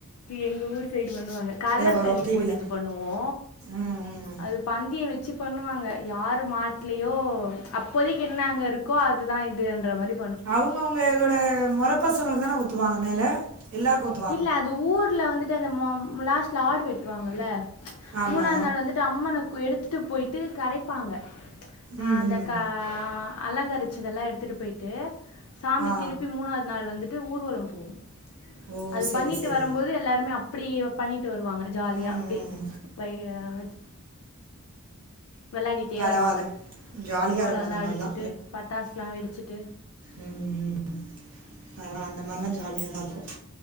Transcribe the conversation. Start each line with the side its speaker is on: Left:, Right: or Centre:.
Left: எங்க ஊர் சைடு பண்ணுவாங்க கலர்
Right: வரும்
Left: தண்ணி
Right: டிவியில்
Left: போட்டு இது பண்ணுவோ
Right: ம் ம்
Left: அது பந்திய வச்சு பண்ணுவாங்க யாரு மாட்லையோ அப்போதைக்கி என்ன அங்க இரு க்கோ அதுதா இதுன்ற மாரி
Right: அவங்கவுங்களோட மொறப்பசங்களுக்கு தான ஊத்துவாங்க மேல, எல்லாருக்கு ஊத்
Left: இல்ல அது ஊர்ல வந்துட்டு அந்த மொ லாஸ்ட்ல ஆடு வெட்டுவாங்கல்ல
Right: ஆமா
Left: மூணாநாள் வந்து ட்டு அம்மன கோ எடுத்துட்டு போயிட்டு கரைப்பாங்க
Right: ம்
Left: அ அந்த
Right: ம்
Left: க அலங்கரி ச்சதெல்லா எடுத்துட்டு போயிட்டு சாமி
Right: ஆ
Left: திருப்பி மூணாவது நாள் வந்துட்டு ஊர்வலம் போவு
Right: ஓ
Left: அது
Right: சரி
Left: பண்ணிட்டு
Right: சரி
Left: வரும்போது எல்லாருமே அப்டி பண்ணிட்டு வருவாங்க ஜாலியா
Right: ம்
Left: அப்டியே
Right: ம்
Left: பைய வச் வெளையாடிட்டே
Right: பரவால்ல
Left: வருவாங்க
Right: ஜாலியா
Left: மோளம்லா
Right: இருக்கு அந்த மாரிலா
Left: அடிச்சுட்டு பட்டாசுலா வெடிச்சுட்டு
Right: ம் ம் அதலா அந்த மாரிலா ஜாலியாதா இருக்கும்